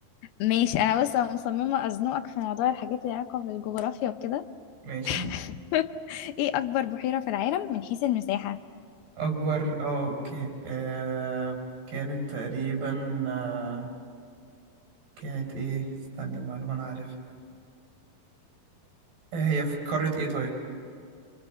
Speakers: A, on the left; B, on the right.
A: ماشي أنا بس أنا مصممة أزنقك في موضوع الحاجات اللي علاقة بالجغرافيا وكده
B: ماشي
A: <laughs> إيه أكبر بحيرة في العالم من حيث المساحة؟
B: اكبر اه اوكي آه كانت تقريبا آه كانت ايه استني المعلومة انا عارفها آه هي في قارة ايه طيب